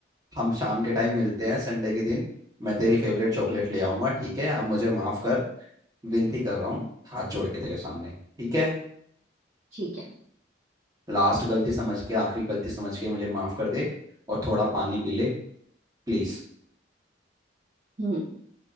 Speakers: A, on the right (about 20°); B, on the right (about 40°).
A: हम शाम के टाइम मिलते हैं संडे के दिन मैं तेरी फेवरेट चॉकलेट ले आऊंगा ठीक है अब मुझे माफ कर विनती कर रहा हूँ हाथ जोड़ के तेरे सामने ठीक है
B: ठीक है
A: लास्ट गलती समझ के आखिरी गलती समझ के मुझे माफ कर दे और थोड़ा पानी पी ले प्लीज
B: हम्म